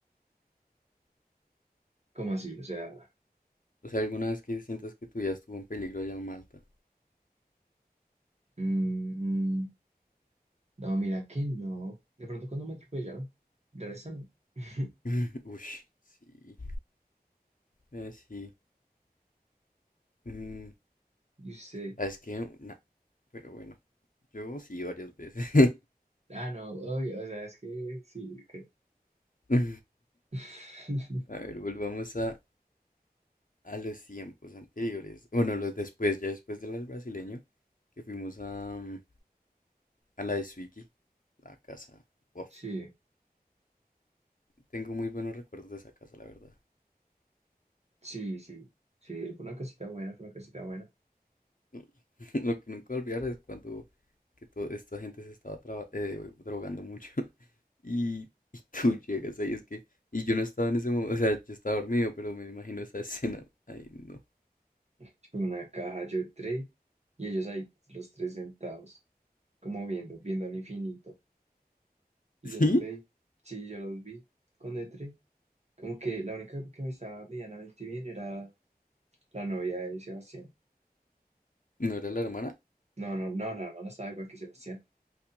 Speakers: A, on the right (about 40°); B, on the left (about 55°).
A: ¿Cómo así? O sea...
B: O sea, ¿alguna vez que sientas que tu vida estuvo en peligro allá en Malta?
A: mm, no, mira que no. De pronto cuando me atropellaron. De resto no. <laughs>
B: <laughs> Ush, sí, eh, sí. Mm,
A: Y usted...
B: ¿sabes qué? Nah, pero bueno, yo sí varias veces.
A: Ah, no, obvio. O sea, es que sí, que...
B: <laughs> A
A: <laughs>
B: ver, volvamos a, a los tiempos anteriores. Bueno, los después, ya después del brasileño, que fuimos a... mm, A la de Swiggy, la casa. Uf,
A: Sí,
B: tengo muy buenos recuerdos de esa casa, la verdad.
A: sí, sí. Sí, fue una casita buena, fue una casita buena.
B: <laughs> Lo que nunca olvidar es cuando que toda esta gente se estaba traba- eh, drogando mucho <laughs> y, y tú llegas ahí, es que, y yo no estaba en ese momento, o sea, yo estaba dormido, pero me imagino esa <laughs> escena. Ay, no.
A: tipo, en una caja yo trade y ellos ahí los tres sentados, como viendo, viendo al infinito. Y
B: ¿Sí?
A: yo los vi, sí, yo los vi con Etre Como que la única que me estaba medianamente bien era la novia de Sebastián.
B: ¿No era la hermana?
A: No, no, no, la hermana estaba igual que Sebastián.